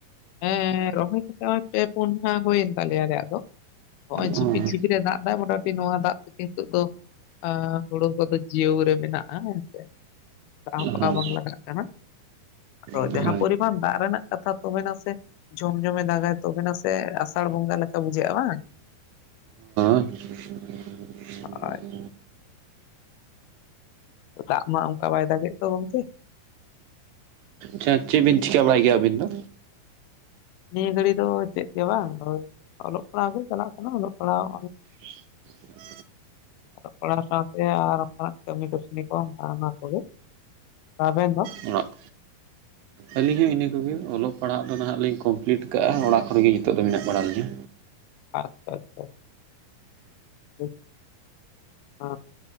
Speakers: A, on the left (about 80°); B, on the right (about 80°).
A: ᱦᱮᱸᱻ ᱨᱚᱦᱚᱭ ᱠᱟᱛᱮ ᱯᱮ ᱯᱩᱱ ᱢᱟᱦᱟ ᱦᱩᱭᱮᱱ ᱛᱟᱞᱮᱭᱟ ᱟᱞᱮᱭᱟᱜ ᱫᱚ᱾ ᱱᱚᱜ ᱚᱭ
B: ᱦᱳᱭ
A: ᱡᱷᱤᱯᱤᱠ ᱡᱷᱤᱯᱤᱨ ᱮ ᱫᱟᱜ ᱮᱫᱟ ᱢᱚᱴᱟᱢᱩᱴᱤ ᱱᱚᱣᱟ ᱫᱟᱜ ᱛᱮᱜᱮ ᱱᱤᱛᱚᱜ ᱫᱚ ᱟᱻ ᱦᱩᱲᱩ ᱠᱚᱫᱚ ᱡᱤᱭᱟ. ᱣ ᱨᱮ ᱢᱮᱱᱟᱜᱼᱟ ᱦᱮᱸ ᱥᱮ᱾ ᱫᱟᱜ ᱦᱚᱸ
B: ᱦᱳᱭ
A: ᱫᱟᱜ ᱵᱟᱝ ᱞᱟᱜᱟᱜ ᱠᱟᱱᱟ᱾ ᱟᱫᱚ
B: ᱦᱳᱭ
A: ᱡᱟᱦᱟᱸ ᱯᱚᱨᱤᱢᱟᱱ ᱫᱟᱜ ᱨᱮᱱᱟᱜ ᱠᱟᱛᱷᱟ ᱛᱚᱵᱮ ᱱᱟᱥ ᱡᱷᱚᱢ ᱡᱷᱚᱢᱮ ᱫᱟᱜᱼᱟᱭ ᱛᱚᱵᱮᱱᱟ ᱥᱮ ᱟᱥᱟᱲ ᱵᱚᱸᱜᱟ ᱞᱮᱠᱟ ᱵᱩᱡᱷᱟᱹᱜᱼᱟ ᱵᱟᱝ?
B: <unintelligible> <inaudible>
A: ᱦᱳᱭ ᱫᱟᱜ ᱢᱟ ᱚᱱᱠᱟ ᱵᱟᱭ ᱫᱟᱜᱮᱫ ᱫᱚ ᱜᱚᱢᱠᱮ᱾
B: ᱪᱮᱫ? ᱪᱮᱫ ᱵᱤᱱ ᱪᱤᱠᱟᱹ ᱵᱟᱲᱟᱭ ᱜᱮᱭᱟ ᱟᱹᱵᱤᱱ ᱫᱚ?
A: ᱱᱤᱭᱟᱹ ᱜᱷᱟᱹᱲᱤ ᱫᱚ ᱪᱮᱫ ᱜᱮ ᱵᱟᱝ ᱚᱞᱚᱜ ᱯᱟᱲᱦᱟᱜ ᱜᱮ ᱪᱟᱞᱟᱜ ᱠᱟᱱᱟ ᱚᱞᱚᱜ ᱯᱟᱲᱦᱟᱣ
B: <inaudible>
A: ᱚᱞᱚᱜ ᱯᱟᱲᱦᱟᱣ ᱥᱟᱶᱛᱮ ᱟᱨ ᱚᱱᱠᱟᱱᱟᱜ ᱠᱟᱹᱢᱤ ᱠᱟᱹᱥᱢᱤ ᱠᱚ ᱚᱱᱟ ᱠᱚᱜᱮ᱾ ᱟᱵᱮᱱ ᱫᱚ᱾
B: ᱚᱲᱟᱜ᱾ ᱟᱹᱞᱤᱧ ᱦᱚᱸ ᱤᱱᱟᱹ ᱠᱚᱜᱮ ᱚᱞᱚᱜ ᱯᱟᱲᱦᱟᱜ ᱫᱚ ᱱᱷᱟᱜ ᱞᱤᱧ ᱠᱚᱢᱯᱞᱤᱴ ᱠᱟᱜᱼᱟ᱾ ᱚᱲᱟᱜ ᱠᱚᱨᱮᱜᱮ ᱱᱤᱛᱚᱜ ᱫᱚ ᱢᱮᱱᱟᱜ ᱵᱟᱲᱟ ᱞᱤᱧᱟ᱾
A: ᱟᱪᱷᱟ ᱟᱪᱷᱟ᱾ <inaudible> <unintelligible>